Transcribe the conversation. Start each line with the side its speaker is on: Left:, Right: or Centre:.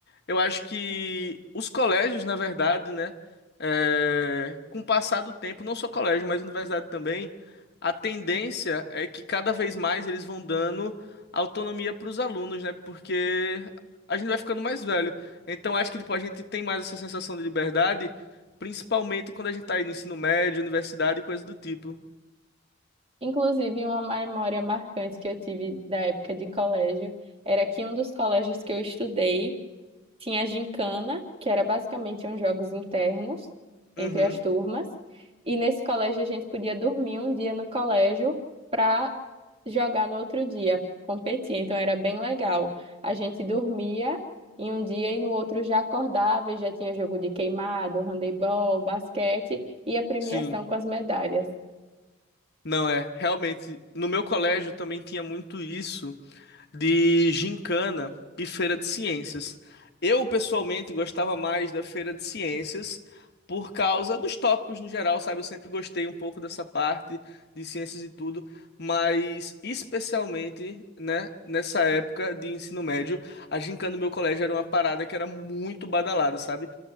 Left: eu acho que os colégios, na verdade, né, é, com o passar do tempo, não só colégio, mas universidade também, a tendência é que cada vez mais eles vão dando autonomia para os alunos, né, porque a gente vai ficando mais velho. Então, acho que, tipo, a gente tem mais essa sensação de liberdade, principalmente quando a gente tá aí no ensino médio, universidade e coisa do tipo.
Right: Inclusive, uma memória marcante que eu tive da época de colégio era que um dos colégios que eu estudei, Tinha a gincana, que era basicamente uns jogos internos entre
Left: Uhum,
Right: as turmas. E nesse colégio a gente podia dormir um dia no colégio para jogar no outro dia, competir. Então era bem legal. A gente dormia em um dia e no outro já acordava e já tinha jogo de queimado, handebol, basquete e a premiação
Left: sim.
Right: com as medalhas.
Left: Não é, realmente, no meu colégio também tinha muito isso. de gincana e feira de ciências. Eu, pessoalmente, gostava mais da feira de ciências por causa dos tópicos no geral, sabe? Eu sempre gostei um pouco dessa parte de ciências e tudo, mas especialmente, né, nessa época de ensino médio, a gincana do meu colégio era uma parada que era muito badalada, sabe?